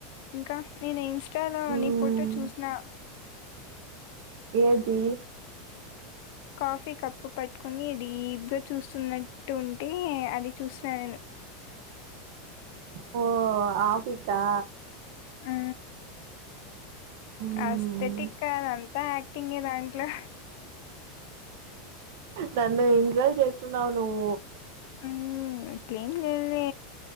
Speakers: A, on the left; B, on the right.
A: ఇంకా నేను ఇన్స్టాలో
B: మ్మ్.
A: నీ ఫోటో చూస్న
B: ఏది
A: కాఫీ కప్పు పట్టుకొని డీప్గా చూస్తున్నట్టు ఉంటే అది చూసిన నేను
B: అబ్బో ఆఫీకా
A: అ
B: మ్మ్
A: అస్తెటిక్ అదంతా ఆక్టింగే దాన్ ఇట్లా
B: నన్ను ఇన్సల్ట్ చేస్తున్నావు నువ్వు
A: అ అట్లేమ్ లేదు లే